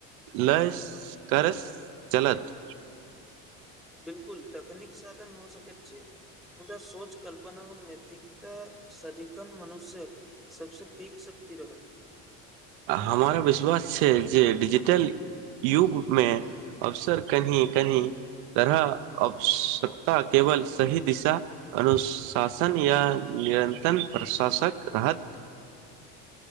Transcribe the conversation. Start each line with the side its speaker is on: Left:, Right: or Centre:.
Right: लस करस चलत
Centre: बिलकुल तकनीक साधन हो सकैत छै मुदा सोच कल्पना उ नैैतिकता सदिखन मनुष्य सबस पीक शक ी रहत
Right: हमरा विश्वास छै जे िजिटल युगमे अवसर कनी कनी तरह आवश्यकता केवल सही दिशा अनुशासन या निरन्तम प्रशासक रहत